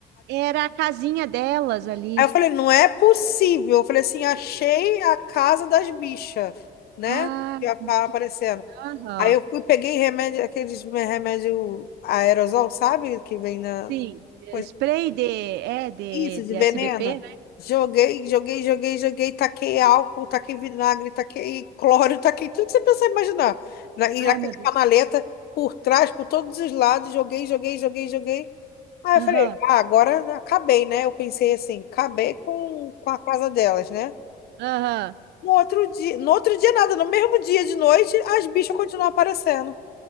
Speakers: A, on the right; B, on the left.
A: era a casinha delas ali.
B: Aí eu falei, não é possível. Eu falei assim, achei a casa das bichas, né?
A: Ah,
B: Que ia tá
A: que-
B: aparecendo.
A: aham.
B: Aí eu fui, peguei remédio, aqueles remédio aerosol, sabe? Que vem na
A: Sim, é,
B: coisa.
A: spray de, é, de,
B: Isso,
A: de
B: de veneno.
A: SBP, né?
B: Joguei, joguei, joguei, joguei, taquei álcool, taquei vinagre, taquei cloro, taquei tudo que você pensar e imaginar. Na, e
A: Ai,
B: naquela
A: meu Deus.
B: canaleta, por trás, por todos os lados, joguei, joguei, joguei, joguei. Aí
A: Aham,
B: eu falei, ah, agora acabei, né? Eu pensei assim, acabei com, com a casa delas, né?
A: aham.
B: No outro dia, no outro dia nada, no mesmo dia de noite, as bichas continuam aparecendo.